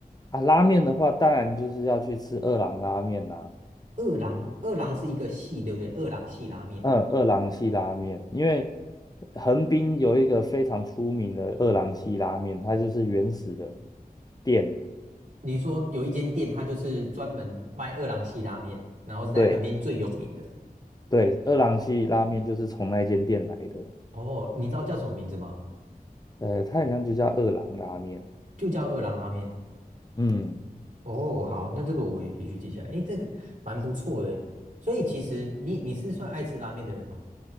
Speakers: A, on the left (about 25°); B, on the right (about 55°).
A: 啊，拉面的话，当然就是要去吃二郎拉面啦、
B: 二郎二郎是一个系，对不对？二郎系拉面，
A: 嗯，二郎系拉面，因为横滨有一个非常出名的二郎系拉面，它就是原始的店，
B: 你说有一间店，它就是专门卖二郎系拉面，然后是在横滨最有名的。
A: 对对，二郎系拉面就是从那间店来的，
B: 哦，你知道叫什么名字吗？
A: 呃，它好像就叫二郎拉面，
B: 就叫二郎拉面。
A: 嗯。
B: 哦，好，那这个我也必须记下来。诶，这个蛮不错的。所以其实你你是算爱吃拉面的人吗？